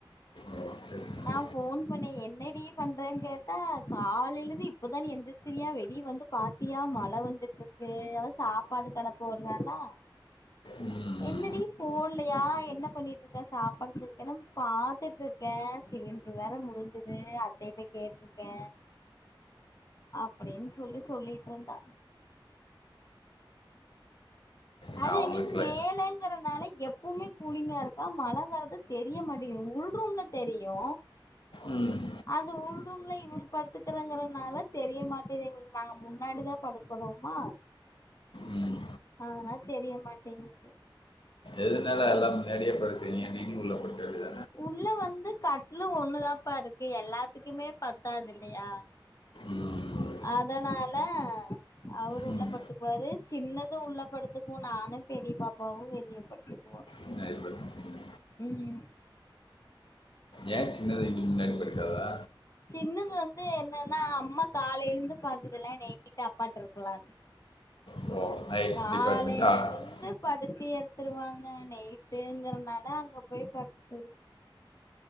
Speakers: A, on the left (about 70°); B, on the left (about 40°).
A: ஓ, சரி, சரி.
B: நான் ஃபோன் பண்ணே என்னடி பண்றேன் கேட்டா காலையிலந்து இப்பதா நீ எந்திச்சிரியா வெளிய வந்து பாத்தியா மழ வந்துட்ருக்கு அது சாப்பாடு கட போட்றானா
A: ம்,
B: என்னடி போல்லையா என்ன பண்ணிட்ருக்க சாப்பாடு <unintelligible> பாத்துட்ருக் க்க சிலிண்ட்ரு வேற முடிஞ்சிது அத்தயிட்ட கேட்ருக்கே அப்டின் சொல்லி சொல்லிட்ருந்தா
A: நான்
B: அது
A: அவங்களுக்குல
B: எங்களுக்கு மேல க்குறனால எப்பவ்மே கூலிங்கா இருக்கா மழ வர்றது தெரிய மாட்டேங்கிது உள் ரூம்ல தெரியு
A: ம்,
B: அது உள்ரூம்ல இவரு படுத்துக்குறங்கறனால தெரிய மாட்டிது <unintelligible> நாங்க முன்னாடிதா படுக்குறோமா
A: ம்.
B: அதனால தெரிய மாட்டேங்கிது
A: எதுனால எல்லாம் முன்னாடியே படுக்குறீங்க நீங்களு உள்ள படுக்க வேண்டியதா
B: உள்ள வந்து கட்லு ஒண்ணு தாப்பா இருக்கு எல்லாத்துக்குமே பத்தாதில்லையா
A: ம்,
B: அதனால அவரு
A: ம்.
B: உள்ள படுத்துக்குவாரு சின்னது உள்ள படத்துக்கு நானு பெரி பாப்பாவு வெளிய படுத்துக்குவோ
A: முன்னாடி படுத்துக்கிறீங்க
B: ம்
A: ஏ சின்னது இங்க முன்னாடி படுக்காதா
B: சின்னது வந்து என்னன்னா அம்மா காலைலேந்து பாக்குதுல்ல நைட்டு அப்பாட்ட இருக்லான்
A: ஸோ நைட்
B: காலையிலருந்து
A: டிபார்ட்மெண்ட்டாக
B: படுத் த்தி எடுத்துருவாங்க நைட்டுங்குறனால அங்க போய் படுத்து